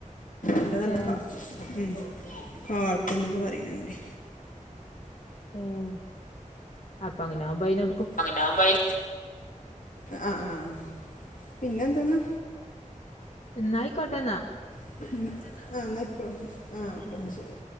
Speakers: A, on the left; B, on the left.
A: അത് നല്ല
B: ഏഹ്
A: കാ ഉം കാട്ടുന്നൊക്കെ പറയിണ് ണ്ടെ.
B: ഉം അപ്പ അങ്ങനവുമ്പം അയിനൊ
A: അങ്ങനാകുമ്പയി അ അ ആ.. പിന്നെന്താന്ന്
B: ഇന്നായി ക്കോ ട്ടെന്നാ
A: <unintelligible> ആ ഓക്കെ
B: ഉം
A: എന്നാ ശരി.